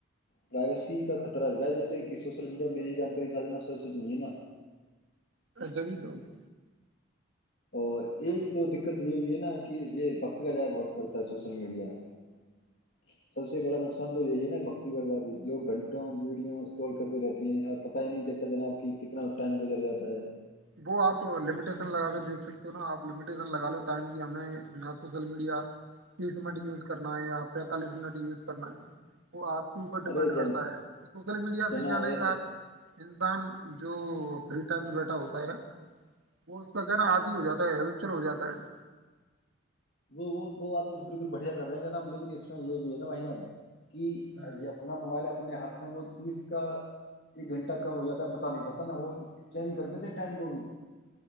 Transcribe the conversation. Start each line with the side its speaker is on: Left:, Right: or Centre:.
Left: پرائیویسی کا خطرہ رہتا ہے جیس <unintelligible> سوشل میڈیا میں میری جانکاری سھنا سچت نہیں ہے نا <unintelligible>
Right: جب دوں <unintelligible>
Left: اور ایک تو دقت یہ بھی ہے نا کہ یہ وقت کا جائے بہت کرتا ہے سوشل میڈیا <unintelligible> سب سے بڑا نق <unintelligible> پند تو یہی ہے نا بکتی بربادی لوگ گھنٹوں ویڈیو اسکال کرتے رہتے ہیں اور پت ہی نہیں چلتا جناب کہ کتنا ٹائم گزر جاتا ہے <unintelligible>
Right: وہ آپ لمیٹیسن لگا کے دیکھ سکتے ہو نا آپ لمیٹیسن لگا لو ٹائم کی ہمیں سوسل میڈیا تیس منٹ یوز کرنا ہے یا پینتالیس منٹ یوز کرنا ہے وہ آپ <unintelligible> کے اوپر ڈپینڈ
Left: ارے جن
Right: کرتا ہے سوسل میڈیا
Left: جناب
Right: سے کیا ن
Left: ویسے
Right: کہ انسان جو <unintelligible> فریٹائم ر بیٹاؤت <unintelligible> وہ اس کا کہ نا آدی ہو جاتا ہےچل ہو جاتا ہے <unintelligible>
Left: وہ وہ وہ بات تو بالکل بڑھیا کر رہے ہیں ج ناب لیکن اس میں یہ بھی ہے نا بھائیان <unintelligible> کی
Right: ہوں،
Left: آی آپنا موبائل <unintelligible> اپنے ہاتھ میں وہ تیس کا ایک گھنٹہ کم ہو جاتا ہے پت نہیں پڑتا نا وہ چینج کرتے تھے ٹائم کو بھی